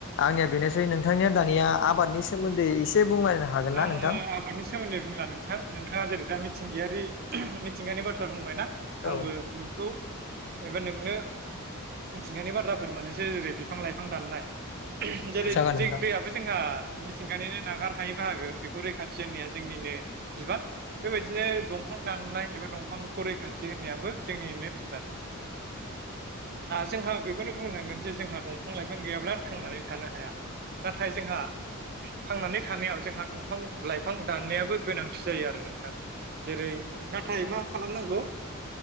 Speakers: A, on the left; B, on the right.
A: आंनिया बेनोसै नोंथांनिया दानिया आबादनि सोमोन्दै एसे बुंलायनो हागोनना
B: आङो
A: नोंथां?
B: <unintelligible> बुंला नोंथां नोंथाङा जेरै दा मिथिंगायारि मिथिंगायानि बाथ्रा बुंबायना आंबो
A: औ
B: नोंखौ एबा नोंनो मिथिंगानि बाथ्राफोर मान एसे जेरै बिफां लाइफां दाननाय जेरै
A: जागोन नोंथां
B: दैयाबो जोंहा मिथिंगानिनो नागार हायो बाहागो बेखौ रैखाथि होननिया जोंनिनो बिबान बेबायदिनो दंफां दाननाय एबा दंफांखौ रैखाथि होननायाबो जोंनिनो बिबान जोंहा बेखौनो बुंनांगोन जे जोंहा दंफां लाइफां गैयाब्ला थांनानै थानो हाया। नाथाय जोंहा थांनानै थानायाव जोंहा दंफां लाइफां दाननायाबो गोनांथि जायो आरो नोंथां जेरै नाथाय मा खालामनांगौ